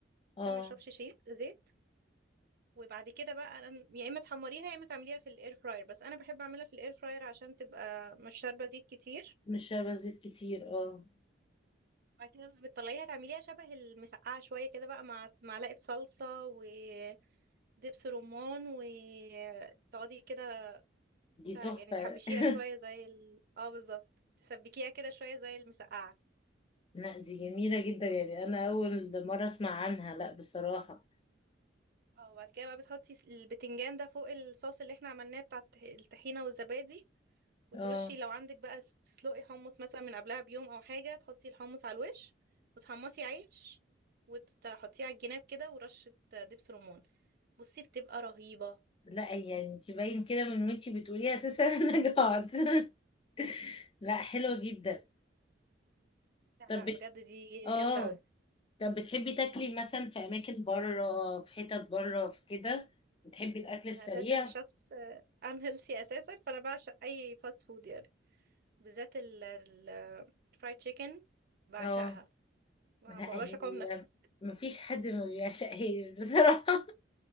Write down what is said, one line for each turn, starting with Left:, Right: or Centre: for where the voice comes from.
Left: اه
Right: عشان ما يشربش شيء زيت وبعد كده بقى أنا- يا اما تحمريها يا اما تعمليها في الاير فراير بس انا بحب اعملها في الاير فراير عشان تبقى مش شاربة زيت كتير
Left: مش شاربة زيت كتير اه
Right: بعد كده بقى بتطلعيها تعمليها شبه المسقعة شوية كده بقى مع س- معلقة صلصة ودبس رمان وتقعدي كده
Left: دي
Right: تع-
Left: تحفة
Right: يعني تحبشيها
Left: <laughs>
Right: شوية زي ال... اه بالظبط تسبكيها كده شوية زي المسقعة
Left: لا دي جميلة جدا يعني انا اول مرة اسمع عنها لا بصراحة
Right: اه وبعد كده بقى بتحطي س- البتنجان ده فوق الصوص اللي احنا عملناه بتاع الت- الطحينة والزبادي وترشي
Left: اه
Right: لو عندك بقى س- تسلقي حمص مثلا من قبلها بيوم او حاجة تحطي الحمص على الوش وتحمصي عيش وتحطيه على الجناب كده ورشة دبس رمان بصي بتبقى رهيبة
Left: لا يعني انت باين كده من وانتي بتقولي اساسا <laughs> انا جعت <laughs> لا حلوة جدا
Right: لا
Left: طب
Right: لا
Left: بت...
Right: بجد دي
Left: اه
Right: جامدة قوي
Left: طب بتحبي تاكلي مثلا في اماكن بره في حتت بره في كده بتحبي الاكل السريع
Right: انا اساسا شخص <laughs> انهيلثي اساسا فانا بعشق اي فاست فود يعني بالذات الفرايد تشيكن بعشقها
Left: اه
Right: ما
Left: لا
Right: بقدرش
Left: هي
Right: اقاوم نفسي
Left: مفيش حد ما بيعشقهاش بصراحة